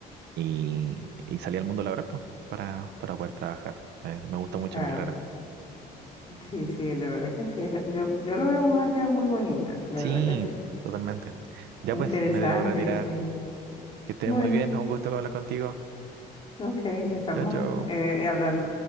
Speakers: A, on the right; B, on the left.
A: y, y salí al mundo laboral pues, para, para poder trabajar. Me, me gusta mucho
B: claro,
A: mi carrera.
B: sí, sí, de verdad que sí. es- yo, yo lo veo un área muy bonita, de
A: Sí,
B: verdad que sí.
A: totalmente. Ya
B: Interesante,
A: pues, me debo retirar.
B: y sí.
A: Que estés
B: Bueno,
A: muy bien, un gusto hablar contigo.
B: ok, estamos
A: Chao, chao.
B: eh, hablando.